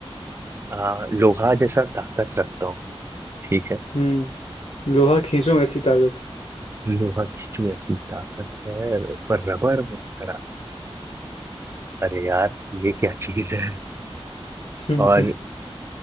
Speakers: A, on the right; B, on the left.
A: आ, लोहा जैसा ताकत रखता हूँ ठीक है
B: हम्म लोहा खींचूं ऐसी ताकत
A: लोहा की जो ऐसी ताकत है पर रबर में निकल अरे यार ये क्या चीज है
B: <laughs> हम्म,
A: और